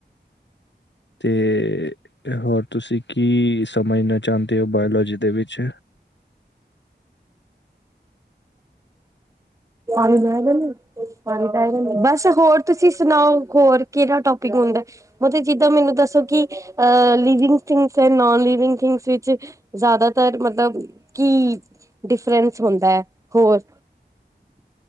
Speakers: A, on the left; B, on the right.
A: ਤੇ ਹੋਰ ਤੁਸੀਂ ਕੀ ਸਮਝਣਾ ਚਾਹੁੰਦੇ ਹੋ ਬਾਇਓਲੋਜੀ ਦੇ ਵਿੱਚ।
B: ਪਰ ਲ। ਦਾ ਬਸ ਹੋਰ ਤੁਸੀਂ ਸੁਣਾਓ ਹੋਰ ਕਿਹੜਾ ਟੋਪਿਕ ਹੁੰਦਾ। ਮਤਬ ਜਿੱਦਾਂ ਮੈਨੂੰ ਦੱਸੋ ਕਿ ਅ ਲਿਵਿੰਗਥਿੰਗਸ ਨ ਲਿਵਿੰਗ ਿੰਗਸ ਵਿੱਚ। ਜ਼ਿਆਦਾਤਰ ਮਤਲਬ ਕੀ ਡਿਫਰੈਂਸ ਹੁੰਦਾ ਹੈ ਹੋਰ।